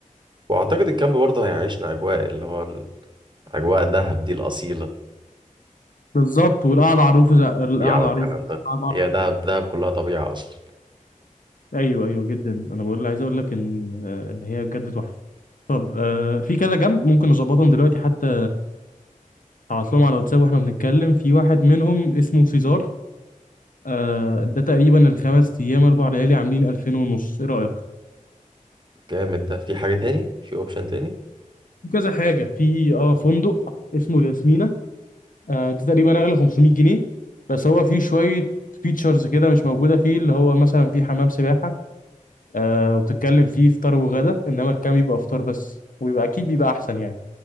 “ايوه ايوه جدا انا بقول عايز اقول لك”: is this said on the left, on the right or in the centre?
Left